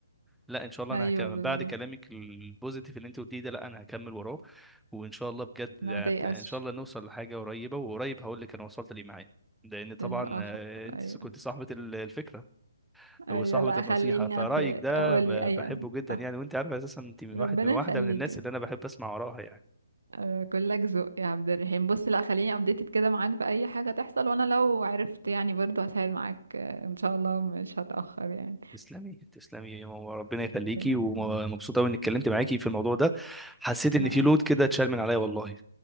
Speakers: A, in the centre; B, on the right.
A: لا ان شاء الله
B: ايوه
A: انا هكمل
B: بالظبط
A: بعد كلامك البوزيتيف اللي انت قلتيه ده لا انا هكمل وراه وان شاء الله بجد
B: لا
A: هت-
B: ما تيأسش
A: ان شاء الله نوصل لحاجه قريبه وقريب هقول لك انا وصلت ليه معايا لان طبعا
B: الأخ
A: آه، انت
B: أيوة
A: كنت صاحبه ال- الفكره
B: أيوة
A: وصاحبه
B: لا
A: النصيحه
B: خليني
A: فرايك
B: في
A: ده
B: أقول
A: ب-
B: لي أي
A: بحبه
B: أم.
A: جدا
B: صح
A: يعني وانت عارفه اساسا انت من
B: ربنا
A: واحد من واحده
B: يخليك
A: من الناس اللي انا بحب اسمع وراها يعني
B: آه، كلك ذوق يا عبد الرحيم بص لا خليني ابديتد كده معاك بأي حاجة تحصل وأنا لو عرفت يعني برضو هساعد معاك آه، إن شاء الله مش هتأخر يعني
A: تسلمي تسلمي يا ماما، ربنا يخليكي
B: ربنا
A: ومبسوطه
B: يخليك
A: قوي اني اتكلمت معاكي في الموضوع ده حسيت
B: أنا
A: ان في لود
B: أكتر
A: كده اتشال من عليا والله